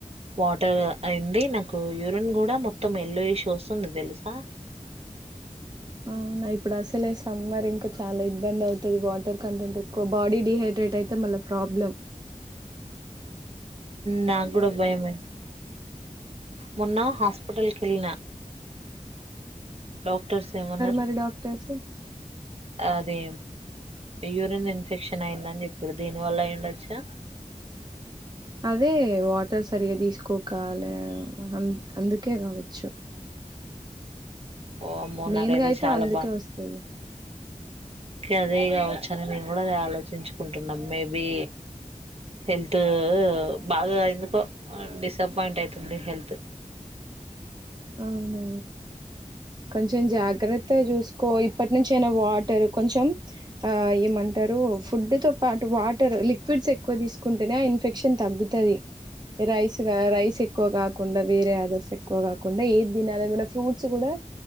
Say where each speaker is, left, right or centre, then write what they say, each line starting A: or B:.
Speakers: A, on the right; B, on the right.
A: వాటర్ అయింది నాకు కు యూరీన్ కూడా మొత్తం ఎల్లో ఇష్యూ వస్తుంది తెలుసా
B: అవు నా ఇప్పుడు అసలే సమ్మర్ ఇంకా చాలా ఇబ్బంది అవుతుంది వాటర్ కంటెంట్ ఎక్కువ బాడీ డిహైడ్రేట్ అయితే మళ్ళ ప్రాబ్లెం
A: నా కూడా భయమైత్ మొన్న హాస్పిటల్కి వెళ్ళిన డాక్టర్స్ ఏమన్నారు
B: మరి డాక్టర్స్
A: అది యూరిన్ ఇన్ఫెక్షన్ అయిందని చెప్పారు దేని వల్ల అయిడ్డచ్చు
B: అదే వాటర్ సరిగ్గా తీసుకోకా లే అ అందుకే కావచ్చు
A: ఓ అమ్మో
B: మెయిన్గా
A: నాకైతే
B: అయితే
A: చాలా
B: అందుకే వస్తుది
A: కాదే కావచ్చు అని నేను కూడా అది ఆలోచించుకుంటున్నా మేబి హెల్త్ బాగా ఎందుకో డిసప్పాయింట్ అవుతుంది హెల్త్
B: అవునా కొంచెం జాగ్రత్త చూసుకో ఇప్పటి నుంచ అయినా వాటర్ కొంచెం ఆ ఏమన్నా అంటారు ఫుడ్ తో పాటు వాటర్ లిక్విడ్స్ ఎక్కువ తీసుకుంటేనే ఇన్ఫెక్షన్ తగ్గుతుది రైస్ రైస్ ఎక్కువ కాకుండా వేరే ఆదర్స్ ఏక్ ఎక్కువ కాకుండా ఏ తినాల ఏమైన్నా ఫ్రూట్స్ కూడా